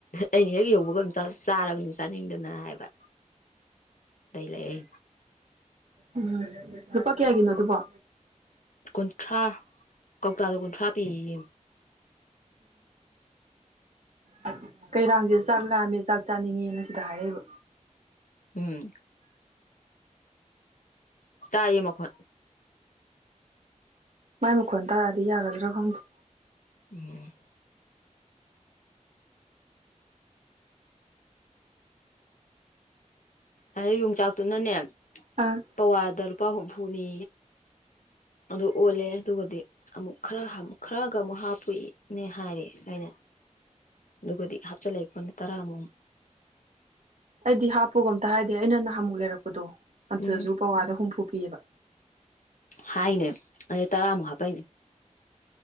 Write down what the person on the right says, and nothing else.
ꯎꯝ ꯂꯨꯄꯥ ꯀꯌꯥꯒꯤꯅꯣ ꯑꯗꯨꯕꯣ
ꯑꯣ ꯀꯩꯔꯥꯡꯖꯦ ꯆꯥꯛ ꯂꯥꯝꯃꯦ ꯆꯥꯛ ꯆꯥꯅꯤꯡꯉꯦꯅ ꯁꯤꯗ ꯍꯥꯏꯔꯛꯏꯕ
ꯃꯥꯏ ꯃꯈꯣꯟ ꯇꯥꯔꯗꯤ ꯌꯥꯒꯗ꯭ꯔꯥ ꯈꯪꯗ
ꯑꯥ
ꯑꯩꯗꯤ ꯍꯥꯞꯄꯨꯒ ꯑꯝꯇ ꯍꯥꯏꯗꯦ ꯑꯩꯅ ꯑꯃꯨꯛ ꯂꯩꯔꯛꯄꯗꯣ ꯑꯗꯨꯁꯨ
ꯄꯋꯥꯗ ꯍꯨꯝꯐꯨ ꯄꯤꯕ